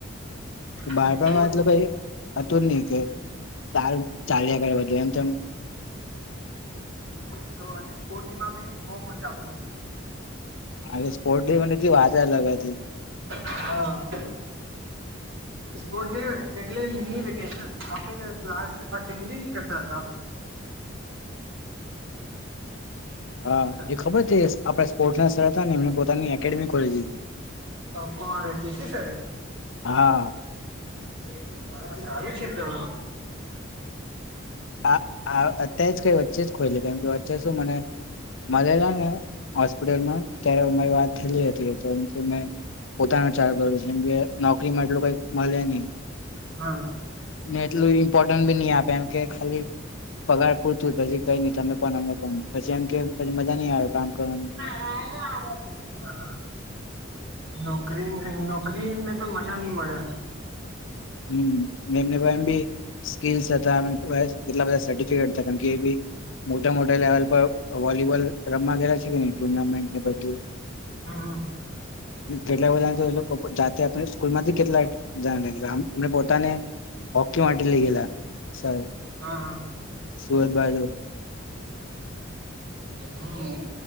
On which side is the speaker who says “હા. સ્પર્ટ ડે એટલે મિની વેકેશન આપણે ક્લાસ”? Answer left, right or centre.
Right